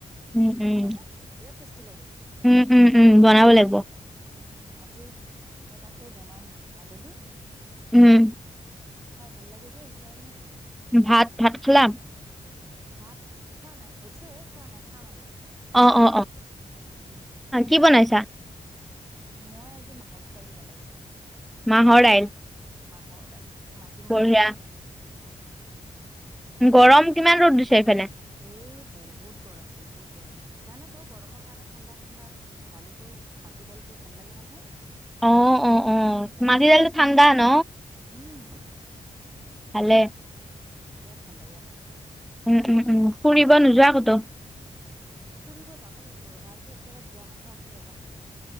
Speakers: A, in the centre; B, on the right.
A: উম, উম,
B: খাই
A: উম,
B: চাবাচোন বিৰাট টেষ্টি লাগে।
A: উম, উম, উম, বনাব লাগিব।
B: উম উম, আজি মই তাকে বনাম, আবেলি।
A: উম
B: খাই ভাল লাগে যে সেইকাৰণে।
A: ভাত ভাত খালা।
B: ভাত খোৱা নাই হৈছে খোৱা নাই খাম আৰু।
A: অ অ
B: উম
A: অ কি বনাইছা?
B: মই আজি মাহত দালি বনাইছো।
A: মাহৰ দাইল।
B: মাহৰ দাইল মাটিমাহৰ
A: বঢ়িয়া।
B: দাইল। উম,
A: গৰম কিমান ৰদ দিছে এইফানে
B: এই বহুত গৰম বহুত গৰম হেকাৰণে। কাৰণে তো গৰমৰ কাৰণে ঠাণ্ডা ঠাণ্ডা দালিটো মাটি দালিটো ভাল লাগে না খাই।
A: অ', অ', অ',
B: সেই দালি
A: মাটি
B: বনাইছো
A: দাইলটো ঠাণ্ডা ন?
B: উম।
A: ভালে
B: বিৰাট ভাল লাগে খায়।
A: উম উম উম ফুৰিব নোযোৱা কতো?
B: ফুৰিব যাব লাগিব ৰ'বা আজি এক জেগাত যোৱা কথা আছে ৰবা।